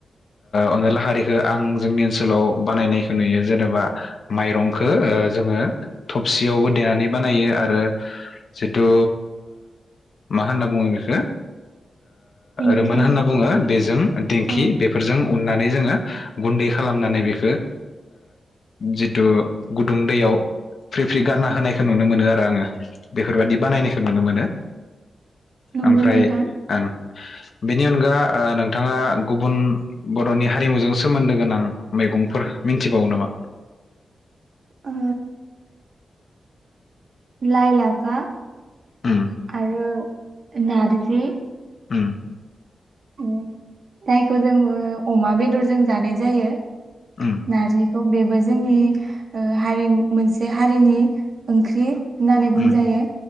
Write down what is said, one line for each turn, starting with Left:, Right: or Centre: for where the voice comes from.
Left: अनदलाखारिखौ आं जोंनि ओनसोलाव बानायनायखौ नुयो जेनेबा माइरंखौ जोङो थबसियावबो देनानै बानायो आरो जिथु मा होनना बुङो एखौ
Right: दिंखि
Left: रोमोन होनना बुङो बेजों दिेंखि
Right: अ
Left: बेफोरजों उननानै जोङो गुन्दै खालामनानै बेखौ जिथु गुदुं दैयाव फ्रि फ्रि गानना होनायखौ नुनो मोनो आरो आङो बेफोरबायाददि बानायनायखौ नुनो मोनो
Right: नंगौ
Left: ओमफ्राय
Right: नोंथां
Left: आं बेनि अनगा नोंथाङा गुबुन बरनि हारिमुजों सोमोन्दो गोनां मैगंफोर मिथिबावो नामा
Right: ओ लाय लाफा
Left: उम
Right: आरो नारजि
Left: ओम
Right: <unintelligible> जायखौ जों अमा बेदरजों जानाय जायो
Left: उम
Right: नारजि थ बेबो जोंनि ओ हारिमु मोनसे हारिनि ओंख्रि होननानै बुंजायो
Left: उम